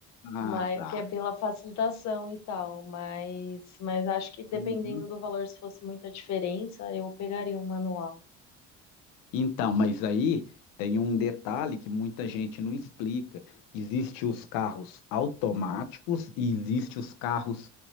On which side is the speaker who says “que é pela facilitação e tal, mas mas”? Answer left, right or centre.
Left